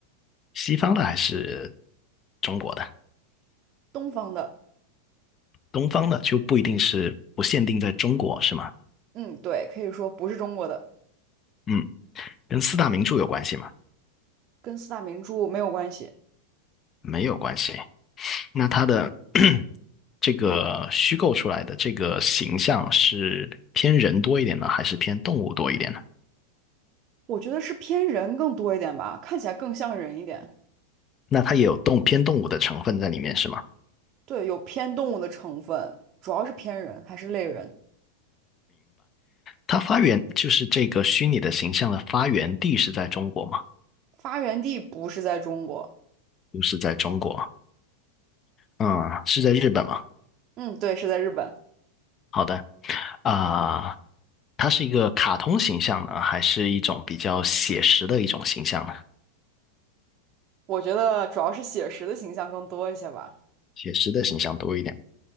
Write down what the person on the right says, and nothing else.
东方的，
嗯，对，可以说不是中国的，
跟四大名著没有关系。
我觉得是偏人更多一点吧，看起来更像人一点。
对，有偏动物的成分，主要是偏人还是类人。
发源地不是在中国，
嗯，对，是在日本。
我觉得主要是写实的形象更多一些吧。